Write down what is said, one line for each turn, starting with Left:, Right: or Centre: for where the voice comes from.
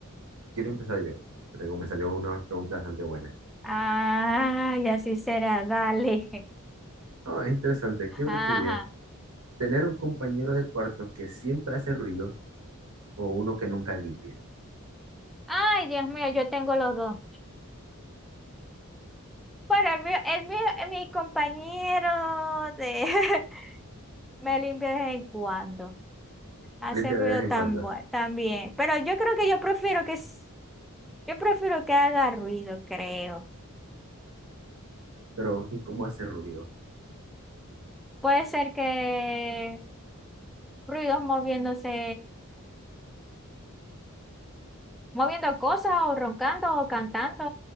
Right: Quiero empezar yo. que Tengo, me salió una pregunta bastante buena.
Centre: Ah, y así será, dale.
Right: Ah, es interesante.
Centre: Ajá.
Right: ¿Qué preferirías? ¿Tener un compañero de cuarto que siempre hace ruido o uno que nunca limpia?
Centre: Ay, Dios mío, yo tengo los dos. Bueno, el mío, el mío, eh, mi compañero de... <laughs> me limpia de vez en cuando. Hace
Right: Limpia
Centre: ruido
Right: de vez en
Centre: tan
Right: cuando,
Centre: bue- también. Pero yo creo que yo prefiero que... s- Yo prefiero que haga ruido, creo.
Right: pero ¿y cómo hace ruido?
Centre: Puede ser que ruidos moviéndose, moviendo cosas o roncando o cantando